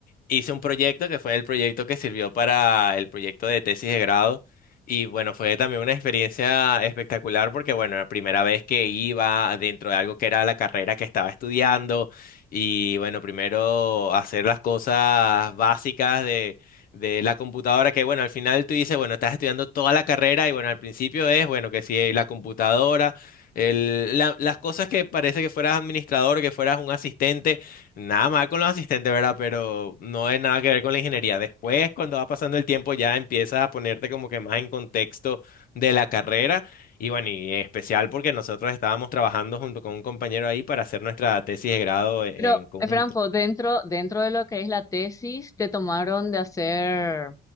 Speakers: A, on the left; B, on the left.
A: hice un proyecto que fue el proyecto que sirvió para el proyecto de tesis de grado. Y bueno, fue también una experiencia espectacular porque, bueno, la primera vez que iba dentro de algo que era la carrera que estaba estudiando y, bueno, primero hacer las cosas básicas de, de la computadora que, bueno, al final tú dices, bueno, estás estudiando toda la carrera y, bueno, al principio es, bueno, que si la computadora, el, la- las cosas que parece que fueras administrador, que fueras un asistente. Nada mal con los asistentes, ¿verdad? Pero no es nada que ver con la ingeniería. Después, cuando va pasando el tiempo, ya empiezas a ponerte como que más en contexto de la carrera. Y bueno, y en especial porque nosotros estábamos trabajando junto con un compañero ahí para hacer nuestra tesis de grado e-
B: Pero,
A: en conjunto.
B: eh, Franco, dentro, dentro de lo que es la tesis, te tomaron de hacer